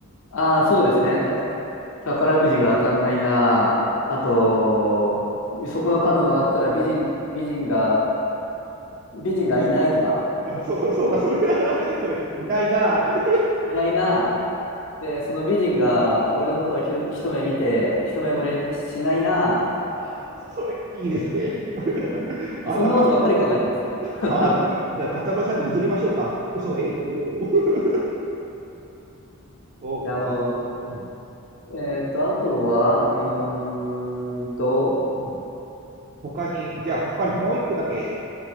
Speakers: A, on the left (about 60°); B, on the right (about 40°).
A: ああ、そうですね。た、宝くじが当たんないなあ。あと、
B: <laughs>
A: そこの角曲がったら美人、美人が、美人がいないとか、
B: あそうか、そうか、それ <laughs> それ、いないなーって。
A: いないなあ。で、その美人が俺のことをひろ一目見て、一目惚れしないな
B: <laughs> あそれ、いいですね。<laughs>
A: あ。
B: あなんか、
A: <laughs> そんなことばっかり考えてます。
B: あじゃあ、
A: <laughs>
B: 高村さんに譲りましょうか。嘘、えいと、おーそうか。
A: いや、も
B: うん、
A: う、えーっと、あとは、う
B: うん、
A: ーんと、
B: うん。他に、じゃあ、他にもう一個だけ